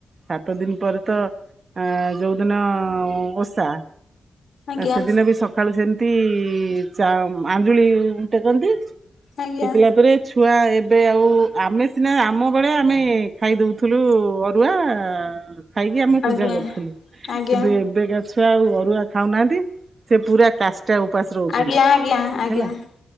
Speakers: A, on the right (about 40°); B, on the left (about 65°).
A: ସାତ ଦିନ ପରେ ତ ଆ ଯୋଉଦିନ ଓଷା।
B: ଆଜ୍ଞା
A: ଆ ସେଦିନ ବି ସକାଳୁ ସେମିତି ଚା ଆଞ୍ଜୁଳି ଟେକନ୍ତି।
B: ଆଜ୍ଞା
A: ଟେକିଲା ପରେ। ଛୁଆ ଏବେ ଆଉ ଆମେ ସିନା ଆମ ବେଳେ ଆମେ ଖାଇ ଦଉଥିଲୁ ଅ ଅରୁଆ ଖାଇକି ଆମେ
B: ଆଜ୍ଞା।
A: ପୂଜା କରୁଥିଲୁକିନ୍ତୁ
B: ଆଜ୍ଞା
A: ଏବେ କା ଛୁଆ ଆଉ ଅରୁଆ ଖାଉନାହାନ୍ତି ସେ ପୁରା କାଷ୍ଟା ଉପାସ ରହୁଚନ୍ତି
B: ଆଜ୍ଞା ଆଜ୍ଞା
A: ହେଲା।
B: ଆଜ୍ଞା